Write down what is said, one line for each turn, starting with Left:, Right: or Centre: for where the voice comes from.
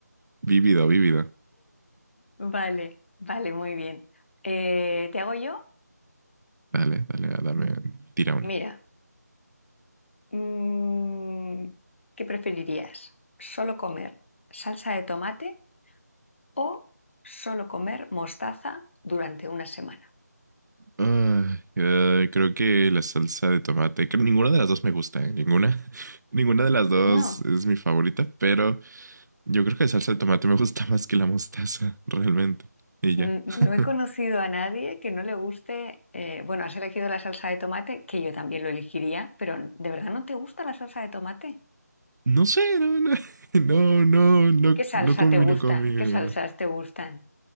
Right: Vívido, vívido.
Left: Vale, vale, muy bien. Eh, ¿te hago yo?
Right: Dale, dale, dame, tira una.
Left: Mira. Mm, ¿qué preferirías? ¿Solo comer salsa de tomate o solo comer mostaza durante una semana?
Right: Ah, eh, creo que la salsa de tomate, creo- ninguna de las dos me gusta, ¿eh? Ninguna, <laughs> ninguna de las dos
Left: No,
Right: es mi favorita, pero yo creo que la salsa de tomate me gusta <laughs> más que la mostaza, realmente. Y
Left: n-
Right: ya. <laughs>
Left: no he conocido a nadie que no le guste, eh, bueno, has elegido la salsa de tomate, que yo también lo elegiría, pero ¿de verdad no te gusta la salsa de tomate?
Right: No sé, no, no, <laughs> no, no, no,
Left: ¿Qué salsa
Right: no combino
Left: te gusta?
Right: conmigo.
Left: ¿Qué salsas te gustan?